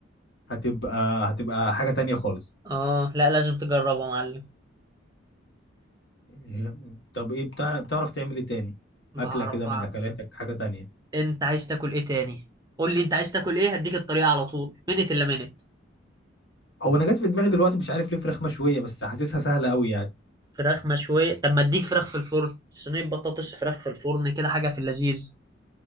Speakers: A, on the left (about 60°); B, on the right (about 20°).
A: هتبقى هتبقى حاجة تانية خالص
B: اه لا لازم تجربها يا معلم
A: إيه، طب ايه بتاع بتعرف تعمل ايه تاني
B: بعرف
A: اكلة كده من
B: اعمل
A: اكلاتك حاجة تانية
B: انت عايز تاكل ايه تاني قول لي انت عايز تاكل ايه هديك الطريقة على طول منت الا منت
A: هو انا جت في دماغي دلوقتي مش عارف ليه فراخ مشوية بس حاسسها سهلة قوي يعني
B: فراخ مشوية طب ما اديك فراخ في الفرن صينية بطاطس فراخ في الفرن كده حاجة في اللذيذ